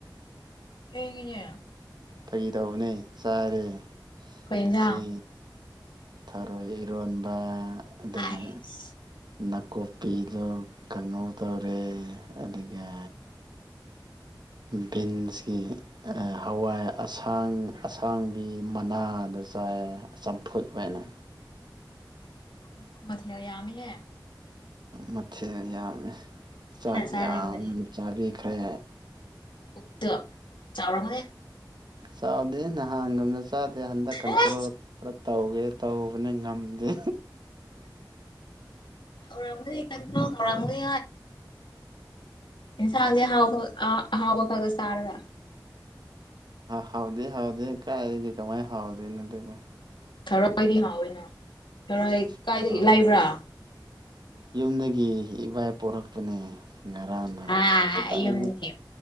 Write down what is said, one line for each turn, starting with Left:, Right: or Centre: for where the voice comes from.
Left: ꯑꯦꯉ
Right: ꯐꯒꯤ ꯇꯧꯕꯅꯦ ꯆꯥꯔꯦ
Left: ꯀꯩ
Right: ꯉꯁꯤ
Left: ꯏꯟꯖꯥꯡ
Right: ꯊ ꯑꯣꯏ ꯏꯔꯣꯟꯣꯟꯕ ꯑꯗꯨꯗꯒꯤ
Left: ꯑꯥꯏꯁ
Right: ꯅꯥꯀꯨꯞꯄꯤꯗꯣ ꯀꯥꯡꯉꯧ ꯇꯧꯔꯦ ꯑꯗꯨꯒ ꯕꯤꯟꯁꯀꯤ ꯍꯋꯥꯏ ꯑꯁꯥꯡ ꯑꯁꯥꯡꯕꯤ ꯃꯅꯥꯗ ꯆꯥꯏ ꯆꯝꯐꯨꯠ ꯑꯣꯏꯅ
Left: <unintelligible> ꯃꯊꯌꯥ ꯌꯥꯝꯃꯤ ꯍꯥꯏ
Right: ꯃꯊꯦ ꯑꯣꯏ ꯌꯥꯃꯦ
Left: ꯐꯖꯅ
Right: ꯥꯛ
Left: ꯆꯥꯔꯝꯒꯅꯤ
Right: ꯌꯥꯝ ꯆꯥꯕꯤꯈ꯭ꯔꯦ
Left: ꯄꯨꯇ ꯆꯕꯔ ꯃ
Right: ꯆꯥꯎꯗꯦ ꯅꯍꯥꯟꯪꯒꯝꯗ ꯆꯥꯗꯦ ꯍꯟꯗꯛ ꯀꯟꯇ꯭ꯔꯣꯜ
Left: ꯑꯁ
Right: ꯀ꯭ꯂꯞ ꯇꯧꯒꯦ ꯇꯧꯕꯅ ꯉꯝꯗꯦ
Left: ꯑꯔꯃ ꯀꯊ꯭ꯔ ꯉꯧꯔꯥ ꯃꯔꯤ ꯎꯝ ꯁꯥꯡꯒꯦ ꯍꯥꯎꯕ ꯍꯥꯎꯕ ꯈꯒ ꯁꯥꯔꯒ
Right: ꯍꯥꯎꯗꯤꯦ ꯍꯥꯎꯗꯦ ꯀꯥꯏꯒꯦ ꯀꯃꯥꯏꯅ ꯍꯥꯎꯗꯣꯏꯅꯣ ꯑꯗꯨꯕꯨ
Left: ꯊꯔꯏꯗꯤ ꯍꯥꯎꯑꯣꯏꯅ ꯊꯔꯣꯏ ꯀꯥꯏꯗꯒꯤ
Right: ꯊꯔꯣꯏ
Left: ꯂꯩꯕ꯭ꯔꯥ
Right: ꯌꯨꯝꯗꯒꯤ ꯏꯕꯥꯏ ꯄꯣꯔꯛꯄꯅꯤ ꯉꯔꯥꯡꯗ
Left: ꯍꯥ
Right: ꯈꯤꯇꯥꯡ
Left: ꯌꯨꯝꯗꯒꯤ